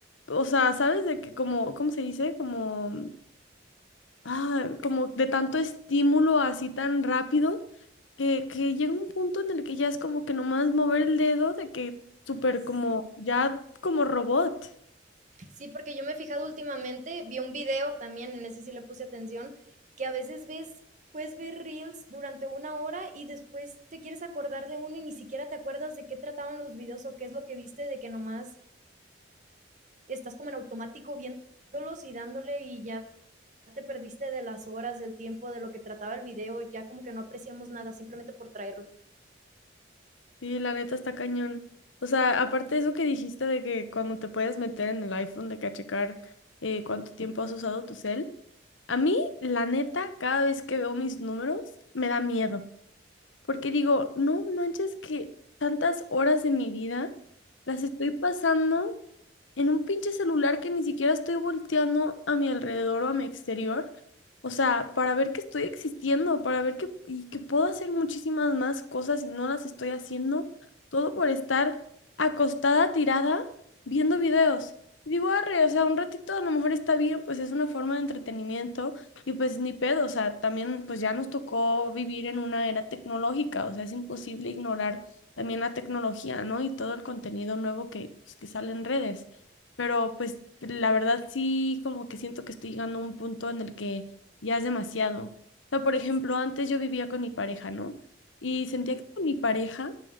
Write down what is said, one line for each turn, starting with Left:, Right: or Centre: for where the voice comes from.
Left: o sea, ¿sabes? De que como, ¿cómo se dice? Como, ah, como de tanto estímulo así tan rápido que, que llega un punto en el que ya es como que nomás mover el dedo de que súper
Right: Sí.
Left: como, ya como robot.
Right: Sí, porque yo me he fijado últimamente, vi un video también, en ese sí le puse atención, que a veces ves, puedes ver reels durante una hora y después te quieres acordar de uno y ni siquiera te acuerdas de qué trataban los videos o qué es lo que viste, de que nomás estás como en automático viéndolos y dándole y ya te perdiste de las horas, del tiempo, de lo que trataba el video, ya como que no apreciamos nada simplemente por traerlo.
Left: Y la neta está cañón. O sea, aparte de eso que dijiste de que cuando te puedes meter en el iPhone de que a checar eh, cuánto tiempo has usado tu cel, a mí, la neta, cada vez que veo mis números, me da miedo porque digo, no manches que tantas horas de mi vida las estoy pasando en un pinche celular que ni siquiera estoy volteando a mi alrededor o a mi exterior. O sea, para ver que estoy existiendo, para ver que, y que puedo hacer muchísimas más cosas y no las estoy haciendo, todo por estar acostada, tirada, viendo videos. Y digo, arre, o sea, un ratito a lo mejor está bien, pues es una forma de entretenimiento y pues ni pedo, o sea, también pues ya nos tocó vivir en una era tecnológica, o sea, es imposible ignorar también la tecnología, ¿no? Y todo el contenido nuevo que, pues, que sale en redes. Pero pues la verdad sí, como que siento que estoy llegando a un punto en el que ya es demasiado. O sea, por ejemplo,
Right: Sí,
Left: antes yo vivía con mi pareja, ¿no? Y sentía
Right: hay
Left: que con mi pareja